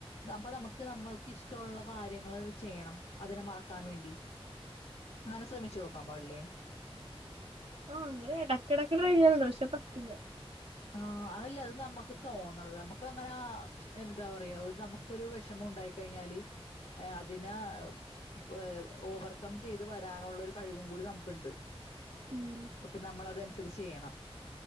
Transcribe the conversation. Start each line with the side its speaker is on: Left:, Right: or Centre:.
Left: അപ്പൊ നമുക്ക് നമ്മൾക്ക് ഇഷ്ടമുള്ള ള്ള കാര്യങ്ങൾ ചെയണം അതിനെ മാ ാൻ വേണ്ടി അങ്ങനെ ശ്രമിച്ചു നോക്കാൻ പാടില്ലേ
Right: ആഹ അങ്ങനെ ഇടയ്ക്കിടക്ക് ട്രയിഞ്ഞണ്ടാവോ പക്ഷെ പറ്റൂില്ല
Left: ആ് അതല്ലേ അത് നമുക്ക് തോന്നണത് നമുക്ക് അങ്ങനെ എന്താ പറയാ ഒരു നമുക്കൊരു വിഷമം ഉണ്ടായി കഴിഞ്ഞാൽ അതിനെ ഏ ഓവർകം ചെയ്ത് വരാനുള്ള ഒരു കഴിവും കൂടി നമുക്കുണ്ട്
Right: ഉം
Left: അപ്പൊ നമ്മൾതനുസരിച്ച് ചെയ്യണം